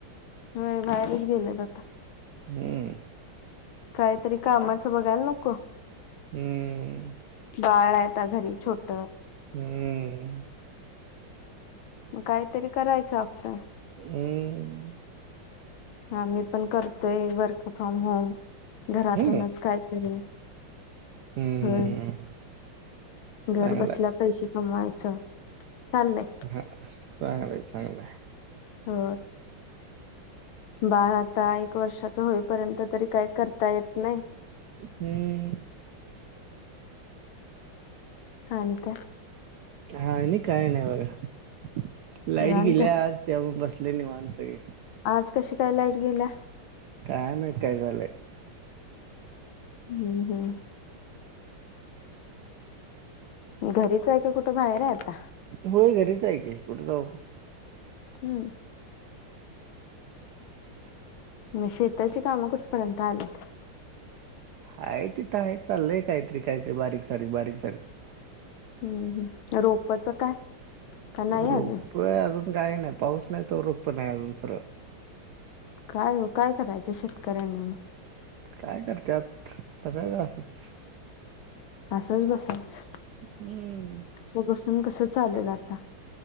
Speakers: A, on the left (about 75°); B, on the right (about 75°).
A: होय बाहेरच गेलेत आता
B: हम्म
A: काहीतरी कामाचं बघायला नको
B: हम्म
A: बाळ आहे आता घरी छोटा
B: हम्म
A: काहीतरी करायचं आपलं
B: हम्म
A: हा मी पण करतोय वर्क फ्रॉम होम घरातूनच
B: हम्म
A: काहीतरी
B: हम्म
A: होय घर
B: चांगलाय.
A: बसल्या पैसे कमवायचं चाललंय
B: ह चांगलं आहे चांगलंय
A: हो बारा आता एक वर्षाच होईपर्यंत तरी काही करता येत नाही
B: हम्म
A: हा नी काय
B: हा आणि काय नाही बघा लाईट
A: निवांत
B: गेल्या आज त्या बसलो लले निवाांतसगे
A: आज कशी कायलाईट गेल्या
B: काय माहित काय झालंय
A: हम् हम घरीच आहे का कुठं बाहेर आहे आता
B: होय घरीच आहे कि कुठ जाऊ
A: हम्म म शेताची कामं कुठपर्यंत आल्यात.
B: हाय तिथं हाय चाललंय काहीतरी काहीतरी बारीक सारीक बारीक सारीक.
A: हम्म हम् रोपच काय. का नाही
B: रोप
A: अजून
B: अजून काय नाय पाऊस नाही तवर रोप नाही अजून सरळ.
A: काय ओ काय करायचं शेतकऱ्यांनी म
B: काय करत्यात <unintelligible> असच.
A: असच बसायच
B: हम्म.
A: असब सून कस चालल आता